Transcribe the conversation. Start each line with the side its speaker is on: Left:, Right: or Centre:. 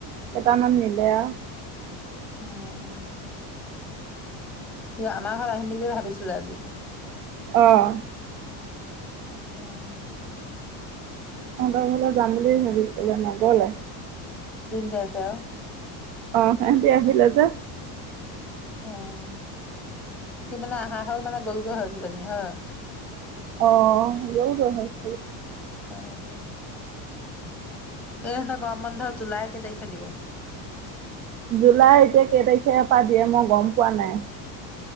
Right: কেইটামান নিলে আও।
Centre: উম। সি আমাৰ ঘৰত আহিম বুলিয়ে ভাবিছিলে আজি
Right: অ'।
Centre: উম।
Right: তহঁতৰ ঘৰলৈ যাম বুলি ভাবিছিলে। নগ'লে।
Centre: দিন দিয়াকে আৰু।
Right: অ' সিহঁতি আহিলে যে।
Centre: অ'। সি মানে আহা হয় মানে গ'লগৈ হয় কিজানি হয়?
Right: অ'। অ' যোগ <unintelligible>
Centre: অ'। এই এহেঁতৰ গৰম বন্ধ, জুলাইৰ কেই তাৰিখে দিব?
Right: জুলাইৰ এতিয়া কেই তাৰিখে পৰা দিয়ে মই গম পোৱা নাই।